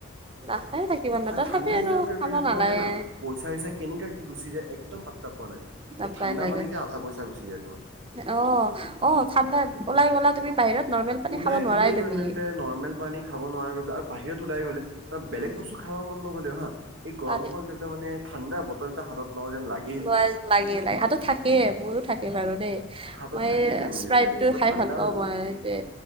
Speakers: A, on the right; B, on the right.
A: নাখায় থাকিব নে
B: আৰু
A: তথাপি
B: ঠাণ্ডা দিনত
A: আৰু
B: গৈ
A: খাব
B: মেলি তোমাৰ
A: নালাগে।
B: জানা পইচা চইচা কেনেকা কি গুচি যায় একদম পাত্তা পোৱা নাযায়
A: নাপায়
B: এই ঠাণ্ডা
A: নাযায়
B: পানীতে আধা পইচা গুচি যায় তোমাৰ।
A: অ অ ঠাণ্ডা ওলাই গ'লা তুমি বাহিৰত নৰ্মেল পানী
B: ওলাই
A: খাব নোৱাৰাই
B: গ'লেই
A: তুমি
B: কৰিম এই পেলাই নৰ্মেল পানী খাব নোৱাৰো গৈ পেলাই আৰু বাহিৰত ওলাই গ'লে ত
A: উম
B: বেলেগ বস্তু খাব মন নগ'লেও হা এই গৰম
A: পানী
B: খনত গৈ পেলাই মানে ঠাণ্ডা বটল এটা হাতত লওঁ যেন লাগ-
A: লোৱাই লাগে লাগে হাতত থাকেই মোৰো থাকে বাৰু দেই।
B: হাতত
A: মই
B: থাকেই
A: এ
B: গৈ মেলি
A: স্প্ৰাইটতো
B: পেলাই কিবা
A: খাই
B: ঠাণ্ডা
A: ভাল পাওঁ মই এতে